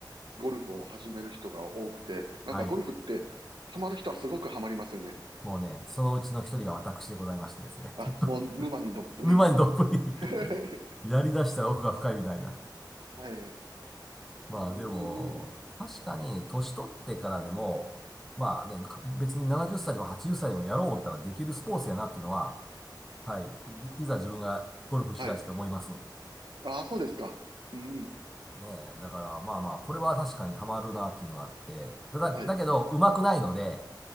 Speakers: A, on the right (about 80°); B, in the centre.
A: ゴルフを始める人が多くて、なんかゴルフって、
B: はい。
A: ハマる人はすごくハマりますよね。
B: もうね、そのうちの一人が私でございましてですね。
A: あ、もう沼にどっぷり。
B: <laughs> 沼にどっぷり
A: <laughs>
B: <laughs> やり出したら奥が深いみたいな。
A: はい。う
B: まあでも、
A: ーん。
B: 確かに年取ってからでも、まあね、別に70歳でも80歳でもやろう思ったらできるスポーツやなっていうのは、はい、い、いざ自分がゴルフしだして思います。
A: はい。ああ、そうですか。うん。
B: ねえ、だからまあまあ、これは確かにハマるなっていうのがあって、ただ、
A: はい。
B: だけど、上手くないので、